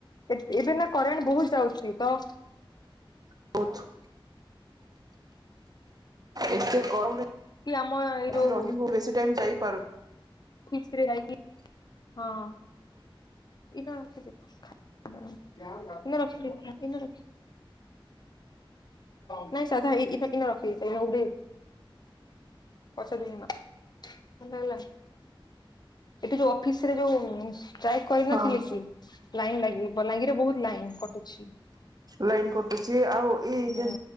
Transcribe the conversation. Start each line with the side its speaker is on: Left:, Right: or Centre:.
Left: ଏ ଏବେ ନା କରେଣ୍ଟ ବହୁତ ଯାଉଚି ତ
Right: <unintelligible> ଏତେ ଗରମ ରେ
Left: କି ଆମ ଏଇ ଯୋଉ
Right: ରହିବୁ ବେଶୀ ଟାଇମ୍ ଯାଇପାରୁ
Left: ଖୁସିରେ ଯାଇକି ହଁ <unintelligible> ନେ ରଖିଦେ ଗିନା ରଖି ନାଇଁ ସାଧା ଇ ଇନ ଇନ ରଖିଦେଇଥ ଇନ ଉଧେ ପଛରେ ଦେମି ମା। ହଲ ମହିଳାମାନେ ଇଲା ଏଠି ଯୋଉ ଅଫିସ୍ ଥିରେ ଯୋଉ ଟ୍ରାଏ କରିନଥିଲି
Right: ହଁ
Left: ସି ଲାଇନ୍ ଲାଗି ବଲାଙ୍ଗିରରେ ବହୁତ ଲାଇନ୍ କଟୁଛି।
Right: ଲାଇନ୍ କଟୁଚି ଆଉ ଏଇ
Left: ହୁଁ
Right: ଯେନ୍